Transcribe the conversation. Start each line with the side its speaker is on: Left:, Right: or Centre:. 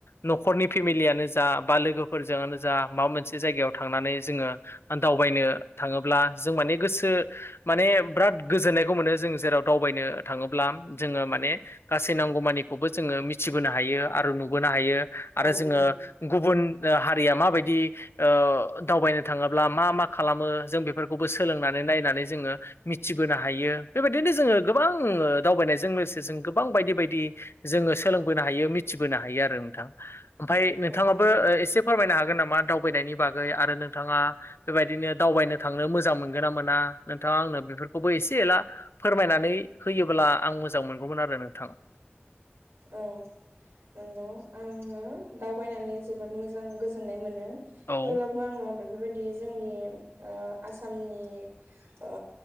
Left: न'खरनि फेमिलियानो जा बा लोगोफोरजोंआनो जा माबा मोनसे जायगायाव थांनानै जोङो दावबायनो थाङोब्ला जों माने गोसो माने बिराद गोजोननायखौ मोनो जों जेराव दावबायनो थाङोब्ला जोङो माने गासै नांगौमानिखौबो जोङो मिथिबोनो हायो आरो नुबोनो हायो आरो
Right: औ
Left: जोङो
Right: नंगौ
Left: गुबुन हारिया माबायदि ओ दावबायनो थाङोब्ला मा मा खालामो जों बेफोरखौबो सोलोंनानै नायनानै जोङो मिथिबोनो हायो बेबायदिनो जोङो गोबां दावबायनायजों लोगोसे जों गोबां बायदि बायदि जोङो सोलोंबोनो हायो मिथिबोनो हायो आरो नोंथां ओमफाय नोंथाङाबो
Right: औ नंगौ
Left: ओ एसे फोरमायनो हागोन नामा दावबायनायनि बागै आरो नोंथाङा बेबायदिनो दावबायनो थांनो मोजां मोनगोन ना मोना नोंथाङा आंनो बेफोरखौबो एसे एला फोरमायनानै होयोबोला आं मोजां मोनगौमोन आरो नोंथां।
Right: औ नोंगौ आंङो दावबायनानै जोबोद मोजां गोजोननाय मोनो थेवब्लाबो
Left: औ
Right: आङो बे बेफोरबायदि जोंनि ओ आसामनि ओ